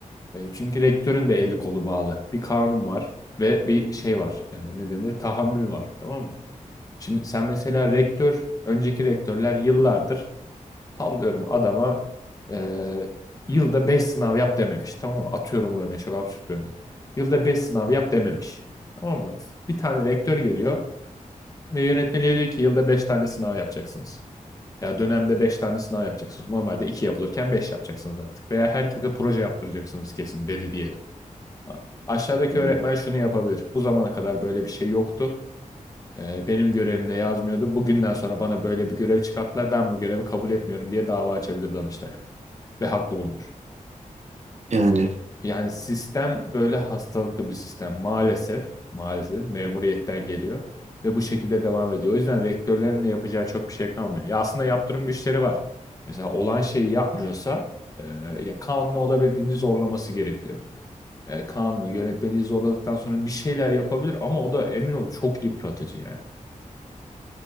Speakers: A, on the left; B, on the right.
A: E, çünkü rektörün de eli kolu bağlı. Bir kanun var ve bir şey var. E, ne denir? Tahammül var. Tamam mı? Şimdi sen mesela rektör, önceki rektörler yıllardır sallıyorum adama e, yılda 5 sınav yap dememiş. Tamam mı? Atıyorum bu örneği çok absürt bir örnek. Yılda 5 sınav yap dememiş. Tamam mı? Bir tane rektör geliyor ve yönetmeliğe diyor ki yılda 5 tane sınav yapacaksınız. Ya dönemde 5 tane sınav yapacaksınız. Normalde 2 yapılırken 5 yapacaksınız artık. Veya herkese proje yaptıracaksınız kesin dedi diyelim. Aşağıdaki
B: Hı
A: öğretmen
B: hı.
A: şunu yapabilir. Bu zamana kadar böyle bir şey yoktu. Ee, benim görevimde yazmıyordu. Bugünden sonra bana böyle bir görev çıkarttılar. Ben bu görevi kabul etmiyorum diye dava açabilir Danıştay'a. Ve haklı bulunur.
B: Yani
A: Ya- Yani sistem böyle hastalıklı bir sistem. Maalesef, maalesef memuriyetten geliyor. Ve bu şekilde devam ediyor. O yüzden rektörlerin de yapacağı çok bir şey kalmıyor. Ya aslında yaptırım güçleri var. Mesela olan şeyi yapmıyorsa e, ya kanunu olabildiğince zorlaması gerekiyor. E, kanunu yönetmeliği zorladıktan sonra bir şeyler yapabilir ama o da emin ol çok yıpratıcı yani.